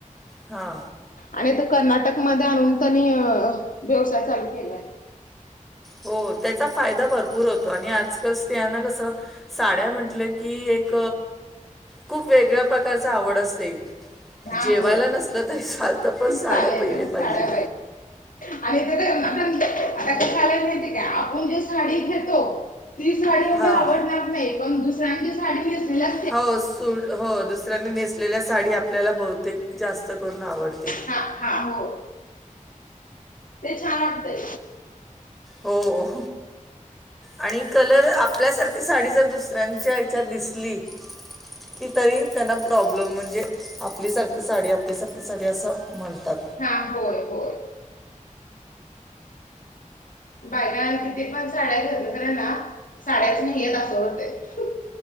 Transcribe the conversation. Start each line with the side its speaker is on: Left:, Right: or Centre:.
Centre: हा
Left: आणि तरं कर्नाटकमंध्ये आंणून त्यांनीं व्यवसांय चालूं केलायं
Centre: हो त्यांचा फायदा भरंपूर होतों आणि आजकाल स्त्रियांना कसं साड्यां म्हटलं की एक खूंप वेगळ्यां प्रकारचीं आवंड असतें
Left: हा
Centre: जेवायंला
Left: हो
Centre: नसलं तरी चालते पणं साड्यां
Left: चालेल
Centre: पहिल्यां पाहिजे
Left: साड्या आणि ते तरं आतां कायं झांलंय माहिती कायं आपणं जे साडीं घेतों ती सांडी एवढं
Centre: हां
Left: आवडणांर नाहीं पणू दुसऱ्यांची सांडी नेसलेल्यां
Centre: हो सु हो दुसऱ्यांनी नेसलेल्यां सांडी आपल्यांला बहुंतेक जास्तं करूंन आवडंते
Left: हा हा हो ते छांन वाटतंय
Centre: हो आणि कलर आपल्यांसारखी सांडी जर दुसऱ्यांच्या दिसली की तरी त्यांना प्रॉब्लेम म्हणजे आपलीसांरखी सांडी आपलीसांरखी सांडी असं म्हणतांत
Left: हा होयं होयं बायंकांनां किती पणं साड्यां घेतल्या तरी नां साड्यांच नाहीं आहे असं होतं